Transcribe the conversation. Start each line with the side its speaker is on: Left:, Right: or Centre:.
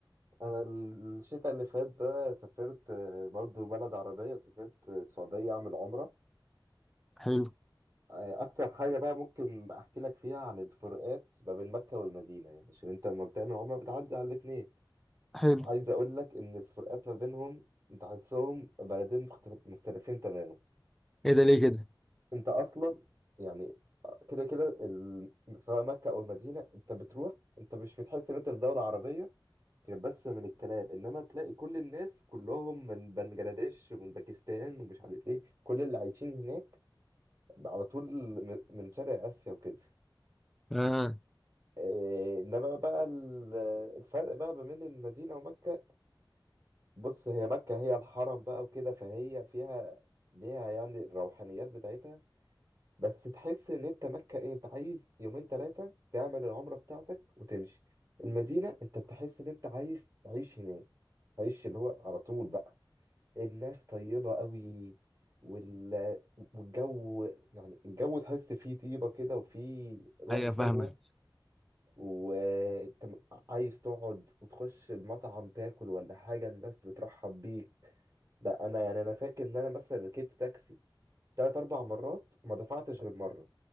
Right: انا الشتاء اللي فات ده سافرت آه، برضو بلد عربيه سافرت آه، السعوديه اعمل عمره
Centre: حلو
Right: آه، اكتر حاجه بقى ممكن احكي لك فيها عن الفروقات ما بين مكه والمدينه يعني عشان انت لما بتعمل عمره بتعدي على الاثنين
Centre: حلو
Right: عايز اقول لك ان الفروقات ما بينهم تحسهم بلدين مخت- مختلفين تماما
Centre: ايه ده ليه كده
Right: انت اصلا يعني كده كده ال... سواء مكة أو المدينة أنت بتروح أنت مش بتحس إن أنت في دولة عربية غير بس من الكلام إنما تلاقي كل الناس كلهم من بنجلاديش ومن باكستان ومش عارف إيه كل اللي عايشين هناك على طول من من شرق آسيا وكده
Centre: اه
Right: إيه، إنما بقى ال- الفرق بقى ما بين المدينة ومكة بص هي مكة هي الحرم بقى وكده فهي فيها ليها يعني الروحانيات بتاعتها بس تحس ان انت مكة ايه انت عايز يومين ثلاثة تعمل العمرة بتاعتك وتمشي المدينة انت بتحس ان انت عايز تعيش هناك تعيش اللي هو على طول بقى الناس طيبة قوي وال... والجو يعني الجو تحس فيه طيبة كده وفيه روح
Centre: ايوه فاهمك
Right: حلوة وانت م- عايز تقعد وتخش المطعم تاكل ولا حاجة الناس بترحب بيك ده انا يعني انا فاكر ان انا مثلا ركبت تاكسي تلات أربع مرات ما دفعتش غير مرة